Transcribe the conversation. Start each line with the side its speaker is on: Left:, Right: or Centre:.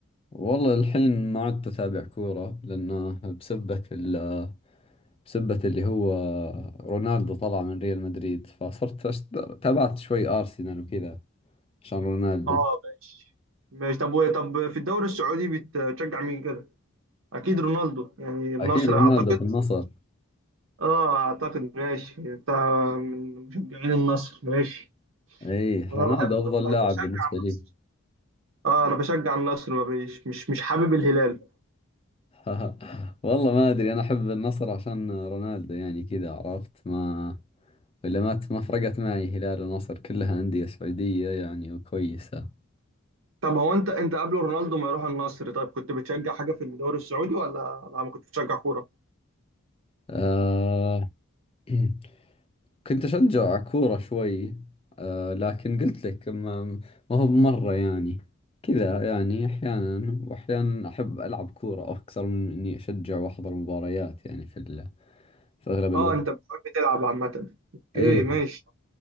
Left: والله الحين ما عدت أتابع كورة لأنه بسبة ال بسبة اللي هو رونالدو طلع من ريال مدريد فصرت أشت- تابعت شوي أرسنال وكذا عشان رونالدو
Right: اه ماشي ماشي طب و- طب في الدوري السعودي بتشجع مين كده؟ اكيد رونالدو يعني النصر
Left: أكيد رونالدو
Right: اعتقد
Left: في النصر
Right: اه اعتقد ماشي انت من مشجعين النصر ماشي
Left: إي
Right: انا
Left: رونالدو
Right: بحب
Left: أفضل
Right: بحب
Left: لاعب
Right: بشجع
Left: بالنسبة
Right: النصر
Left: لي
Right: اه انا بشجع النصر ما بيش مش مش حابب الهلال
Left: <laughs> والله ما أدري أنا أحب النصر عشان رونالدو يعني كذا عرفت ما ولا ما ما فرقت معي هلال ونصر كلها أندية سعودية يعني وكويسة
Right: طب هو انت انت قبل رونالدو ما يروح النصر طيب كنت بتشجع حاجه في الدوري السعودي ولا ولا ما كنت بتشجع كوره؟
Left: أه <clears throat> كنت أشجع كورة شوي آه لكن قلت لك ما ما هو مرة يعني كذا يعني أحيانا وأحيانا أحب ألعب كورة أكثر من إني أشجع وأحضر مباريات يعني في ال... في أغلب الوقت
Right: اه انت بتحب تلعب عامه اوكي
Left: أي
Right: ماشي